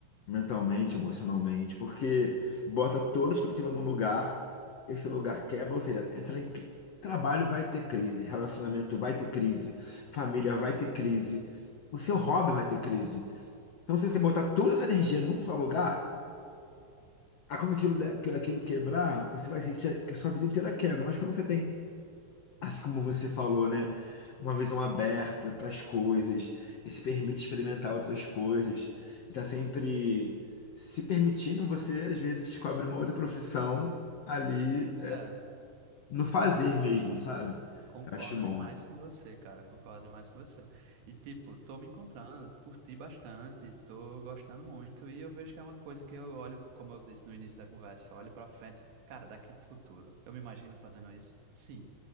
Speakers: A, on the left; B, on the right.
A: mentalmente, emocionalmente, porque
B: sim,
A: bota toda a expectativa num lugar esse lugar quebra, ou seja, entra em cri- trabalho vai ter crise, relacionamento vai ter crise, família vai ter crise, o seu hobby vai ter crise. Então, se você botar toda essa energia num só lugar, a quando aquilo, de- que- aquilo quebrar, você vai sentir que a sua vida inteira quebra. Mas quando você tem, assim como você falou, né, uma visão aberta para as coisas, e se permite experimentar outras coisas, está sempre se permitindo, você às vezes descobre uma outra profissão ali
B: pois é.
A: no fazer mesmo, sabe?
B: Concordo
A: Eu acho bom
B: demais
A: isso.
B: com você, cara. Concordo demais com você. E, tipo, tô me encontrando, curti bastante, tô gostando muito. E eu vejo que é uma coisa que eu olho, como eu disse no início da conversa, olho pra frente, cara, daqui pro futuro. Eu me imagino fazendo isso? Sim,